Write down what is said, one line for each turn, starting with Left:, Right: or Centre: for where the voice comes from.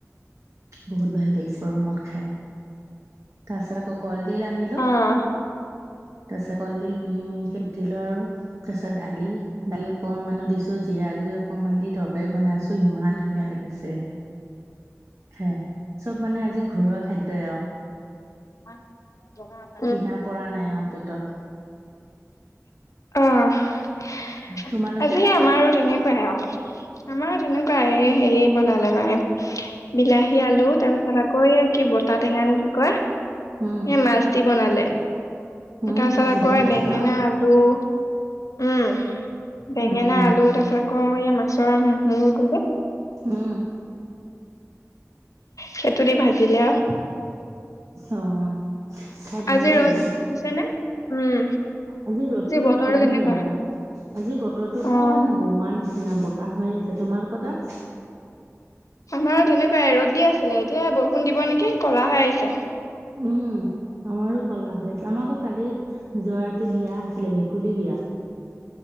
Right: বহুত ভাল লাগিছে ৰুমত খাই। তাৰ পাছত আকৌ কলডিল আনিলো
Left: অহ।
Right: তাৰপিছত কলডিল মিহি মিহিকে উটিলো আৰু তাৰপিছত দালি দালি অকণমানো দিছো জিৰা গুৰি অকমান দি তৰকাৰী বনাইছো ইমান ধুনীয়া লাগিছে। ছে খাই, চব মানে আজি ঘৰুৱা খাদ্যই আওঁ।
Left: ভাত <inaudible>
Right: কিনা পৰা নাই আৰু পেটত।
Left: অ আজি
Right: তোমালোকে
Left: আমাৰো তেনেকুৱাই আওঁ। আমাৰো তেনেকুৱাই হেৰি বনালে মায়ে বিলাহী আলু তাৰ পিছত আকৌ এই কি বটা টেঙানে কি কয়?
Right: উম।
Left: এই মাছ দি বনালে, তাৰপাছত
Right: উম ধুনীয়া
Left: আকৌ
Right: লাগে
Left: বেঙেনা
Right: ন
Left: আলু উম, বেঙেনা
Right: উম
Left: আলু তাৰপিছত আকৌ এই মাছৰ মূৰটো যে
Right: উম।
Left: সেইটো দি ভাজিলে আওঁ।
Right: অ, খাই ধুনীয়া
Left: আজি ৰ'দ
Right: লাগে।
Left: দিছে নে উম
Right: আজি ৰ'দতো
Left: বতৰটো
Right: কম
Left: কেনেকুৱা
Right: যেনিবা, আজি বতৰটো অকমান
Left: অ
Right: গোমা নিচিনা ব বতাহ মাৰি আছে, তোমালোকৰ তাত?
Left: আমাৰ তেনেকুৱাই ৰ'দ দি আছিলে, এতিয়া বৰষুণ দিব নেকি কলা হৈ আহিছে। <inaudible>
Right: উম, আমাৰো কলা হৈছে, আমাৰ আকৌ কালি যোৱা ৰাতি বিয়া আছিলে, ভেকুলী বিয়া।